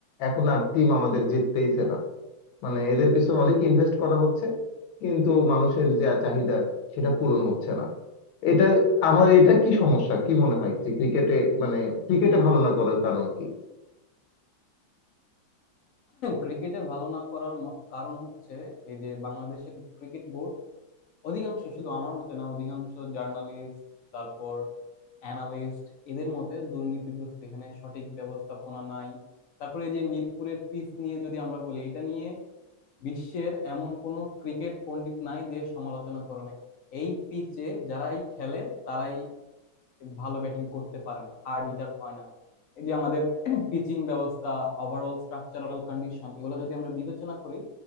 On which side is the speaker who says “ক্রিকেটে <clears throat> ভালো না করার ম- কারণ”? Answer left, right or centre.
Left